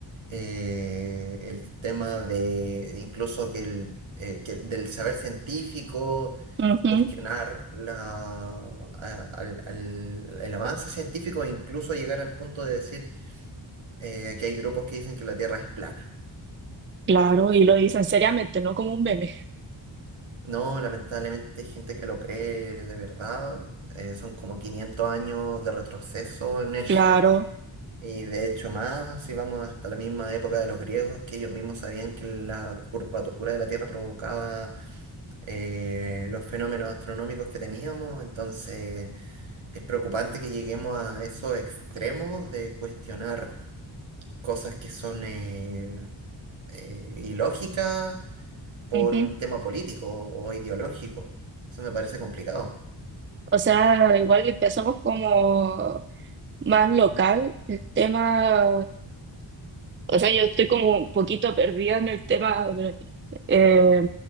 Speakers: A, on the right (about 75°); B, on the right (about 25°).
A: eh, el tema de incluso que el, eh, que del saber científico,
B: ujú,
A: cuestionar la, a- al- al- el avance científico, e incluso llegar al punto de decir eh, que hay grupos que dicen que la Tierra es plana.
B: claro, y lo dicen seriamente, no como un meme.
A: No, lamentablemente hay gente que lo cree de verdad. eh, son como 500 años de retroceso en él. <laughs>
B: Claro,
A: Y de hecho más, si vamos hasta la misma época de los griegos, que ellos mismos sabían que la curvatura de la Tierra provocaba eh, los fenómenos astronómicos que teníamos. Entonces es preocupante que lleguemos a esos extremos de cuestionar cosas que son eh, eh, ilógicas por
B: ujú.
A: un tema político o ideológico. Eso me parece complicado.
B: O sea, igual empezamos como más local el tema O sea, yo estoy como un poquito perdida en el tema de- eh,